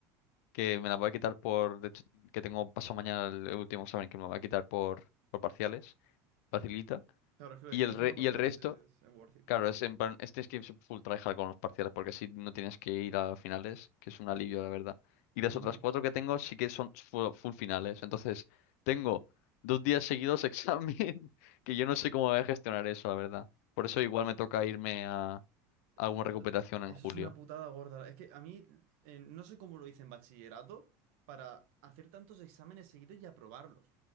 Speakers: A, on the left (about 70°); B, on the right (about 65°).
A: que me la voy a quitar por, de hecho, que tengo paso mañana el el último examen que me lo voy a quitar por, por parciales, facilita.
B: Claro, es que lo
A: Y
B: de quitarse
A: el, re-
B: por parciales
A: y el resto,
B: es, es worth it.
A: claro, es en plan, es tienes que ir full tryhard con los parciales, porque así no tienes que ir a finales, que es un alivio, la verdad. Y las
B: Ujú.
A: otras cuatro que tengo sí que son fu- full, finales. Entonces, tengo dos días seguidos examen, <laughs> que yo no sé cómo voy a gestionar eso, la verdad. Por eso igual me toca irme a,
B: Eso
A: a una recuperación
B: eso
A: en julio.
B: es una putada gorda. Es que a mí eh, no sé cómo lo hice en bachillerato para hacer tantos exámenes seguidos y aprobarlos.